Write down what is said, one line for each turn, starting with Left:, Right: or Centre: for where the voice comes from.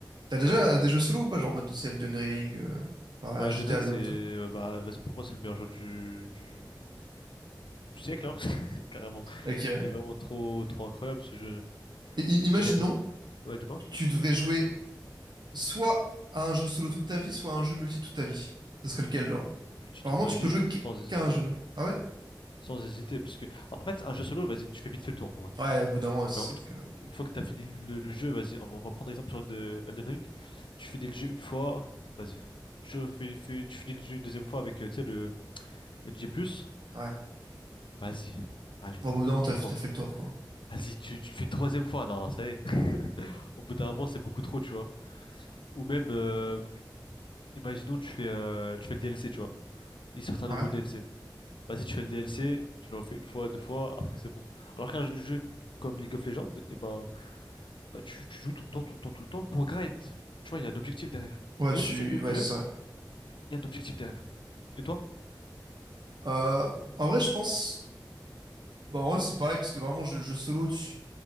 Right: T'as déjà
Left: Ouais,
Right: euh, des jeux solo ou pas? Genre, en mode de Elden Ring, euh, enfin,
Left: ouais,
Right: un GTA,
Left: Elden Ring,
Right: le
Left: c'est,
Right: jeu
Left: euh,
Right: et tout.
Left: bah, bah, c'est- pour moi, c'est le meilleur jeu du, du- du siècle, hein, <laughs> carrément.
Right: Ok, ouais.
Left: Il est vraiment trop, trop incroyable ce jeu.
Right: Et, i- imaginons.
Left: Tu regardes tout? Ouais, dis-moi.
Right: tu devrais jouer soit à un jeu solo toute ta vie, soit à un jeu multi toute ta vie. Ce serait lequel, genre?
Left: Je je dis
Right: Apparemment,
Left: toute ma
Right: tu
Left: vie
Right: peux jouer
Left: sans
Right: qu-
Left: hésiter.
Right: qu'à un jeu.
Left: hein.
Right: Ah ouais?
Left: Sans hésiter, parce que en fait, un jeu solo, vas-y, tu fais vite fait le tour. En vrai.
Right: Ouais, au bout d'un moment, c'est
Left: Genre,
Right: sûr
Left: une, f-
Right: que.
Left: une fois que tu as fini le, le jeu, vas-y, on va, on va prendre exemple sur de Elden Ring. Tu finis le jeu une fois, vas-y. Tu, refais- fais- tu finis le jeu une deuxième fois avec, euh, tu sais, le NG+,
Right: Ouais.
Left: vas-y, allez,
Right: Bon, au bout d'un moment,
Left: deux
Right: t'as,
Left: fois.
Right: t'as fait le tour, quoi.
Left: Vas-y, tu, tu le fais une troisième fois, non, ça y est. <laughs> Au bout d'un moment, c'est beaucoup trop, tu vois. Ou même, euh, imaginons, tu fais, euh, tu fais le DLC, tu vois. Ils sortent un
Right: Ouais.
Left: nouveau le DLC. Vas-y, tu fais le DLC, je le refais une fois, deux fois, après c'est bon. Alors qu'un jeu comme League of Legends, eh ben, bah, tu, tu joues tout le temps, tout le temps, tout le temps pour grind. Tu vois, il y a un objectif derrière.
Right: Ouais,
Left: Même
Right: tu.
Left: si c'est le même
Right: Ouais,
Left: jeu,
Right: c'est vrai.
Left: il y a un objectif derrière. Et toi?
Right: Euh, en vrai, je pense. Bon, en vrai, c'est pareil, parce que vraiment, jeu, jeu solo, tu.